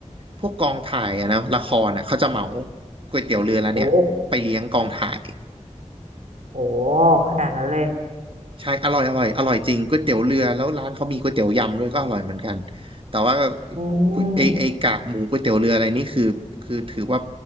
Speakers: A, on the right; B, on the right.
A: พวกกองถ่ายอะนะละครอะเขาจะเหมาก๋วยเตี๋ยวเรือแล้วเนี่ยไปเลี้ยงกองถ่าย
B: โอ้โหขนาดนั้นเลย
A: ใช่อร่อยอร่อยอร่อยจริงก๋วยเตี๋ยวเรือแล้วร้านเขามีก๋วยเตี๋ยวยำด้วยก็อร่อยเหมือนกันแต่ว่า
B: อืม
A: ก๋วยไอไอกากหมูก๋วยเตี๋ยวเรืออะไรนี่คือคือถือว่า